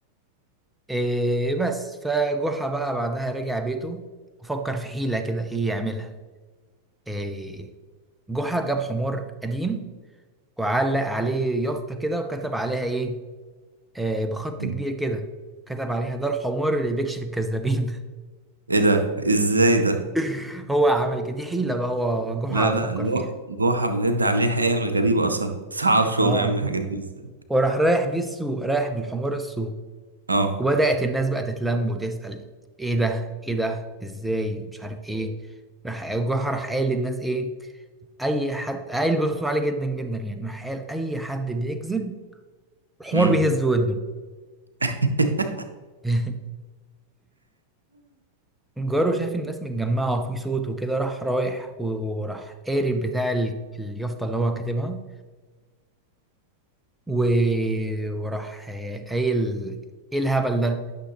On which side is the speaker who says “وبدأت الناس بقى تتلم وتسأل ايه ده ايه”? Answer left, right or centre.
Centre